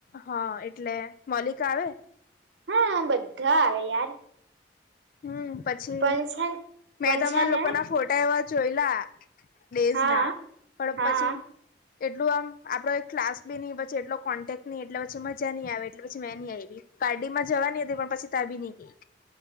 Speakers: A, on the left; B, on the right.
A: હા એટલે મોલિકા આવે?
B: હાં બધા આવે યાર.
A: હમ્મ પછી
B: પણ છે
A: મેં
B: પણ
A: તમારા
B: છે ને
A: લોકોના ફોટા એવા જોયલા ડેઝના
B: હા
A: પણ
B: હા
A: પછી એટલું આમ આપડો એક ક્લાસ બી ની બચે એટલો કોન્ટેક્ટ ની એટલે પછી મજા ની આવે એટલે પછી મેં ની આયવી. પારડીમાં જવાની અતી પણ પછી તાં બી ની ગેઈ.